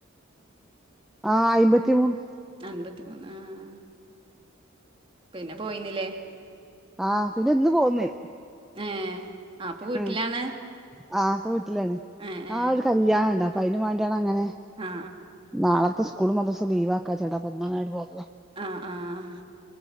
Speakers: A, in the centre; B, on the right.
A: ആഹ് അയ്മ്പത്തി മൂന്ന്
B: അൻപത്തി മൂന്ന് ആഹ് ആ പിന്നെ പോയീന്നിലേ?
A: ആഹ് പിന്നെന്ന് പോന്ന്.
B: ഏഹ് ആ പ്പൊ വീട്ടിലാണ്.
A: ഉം ആഹ് ഇപ്പ വീട്ടിലാണ്
B: ഏ
A: നാളെ
B: ഏ
A: ഒരു കല്യാണം ഉണ്ട് അപ്പൊ അയിനം വാണ്ടിയാണ്ടങ്ങനെങ്ങനെ
B: ആ
A: നാളെ സ്കൂളും മദർസും ലീവാക്കാച്ച്ട്ടാ അപ്പൊ ഇന്നങ്ങനെണ്ട് പോന്നതാ.
B: ആഹ് ആഹ്